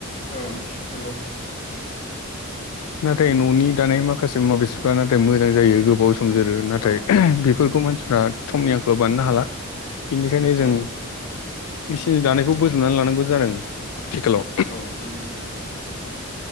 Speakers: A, on the left; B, on the left.
A: औ नंगौ
B: नाथाय न'नि दानाय माखासे मुवा बेसादफ्रा नाथाय मोजां जायो गोबाव सम थोमजोरो नाथाय
A: औ
B: बेफोरखौ
A: नंगौ
B: मानसिफ्रा थमनि आंखालाव बानायनो हाला। बेनिखायनो जों
A: औ
B: बिसिनि दानायखौ बोजोबनानै लानांगौ जादों। आथिखालाव
A: औ नंगौ नोंथां